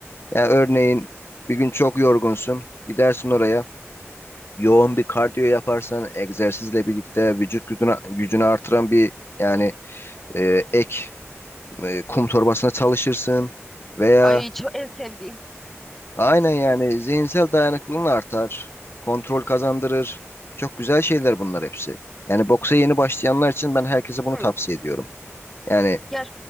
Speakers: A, on the left; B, in the centre.
A: Ya örneğin bir gün çok yorgunsun. Gidersin oraya. Yoğun bir kardiyo yaparsan egzersizle birlikte vücut gücünü, gücünü artıran bir yani e, ek e, kum torbasına çalışırsın veya
B: Ay çok en sevdiğim.
A: aynen yani zihinsel dayanıklılığın artar, kontrol kazandırır. Çok güzel şeyler bunlar hepsi. Yani boksa yeni başlayanlar için ben herkese bunu
B: Hı.
A: tavsiye ediyorum. Yani
B: Ya